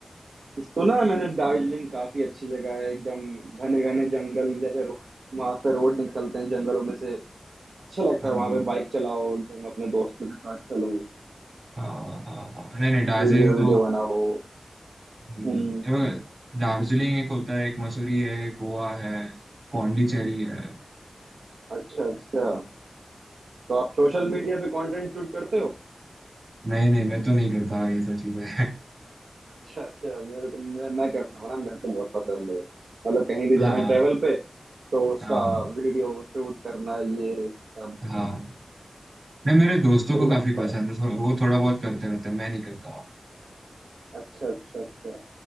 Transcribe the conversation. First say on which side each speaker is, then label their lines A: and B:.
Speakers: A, on the right; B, on the right.
A: सुना है मैंने दार्जिलिंग काफी अच्छी जगह है एकदम घने घने जंगल जैसे रोड वहां पे रोड निकलते हैं जंगलों में से अच्छा लगता
B: हाँ
A: है वहां
B: हाँ
A: पे बाइक चलाओ एकदम अपने दोस्तों के साथ चलो
B: हाँ, हाँ। हाँ। नहीं नहीं दार्जिलिंग
A: वीडियो वीडियो
B: तो
A: बनाओ
B: हम्म,
A: हम्म
B: ये बघ, दार्जिलिंग एक होता है एक मसूरी है एक गोवा है पौंडीचेरी है
A: अच्छा अच्छा तो आप सोशल मीडिया पे कंटेंट शूट करते हो
B: नहीं नहीं मैं तो नहीं करता ये सब चीजें
A: अच्छा अच्छा मेरे को मैं मैं करता हूँ ना मेरे को बहुत पसंद है मतलब कहीं भी
B: <laughs>
A: जाना
B: हाँ
A: है ट्रेवल पे तो उसका
B: हाँ
A: वीडियो शूट करना ये सब
B: हाँ नहीं मेरे दोस्तों
A: वही
B: को काफी
A: लगता
B: पसंद
A: है
B: है थो- वो थोड़ा बहुत करते रहते हैं मैं नहीं करता
A: अच्छा अच्छा अच्छा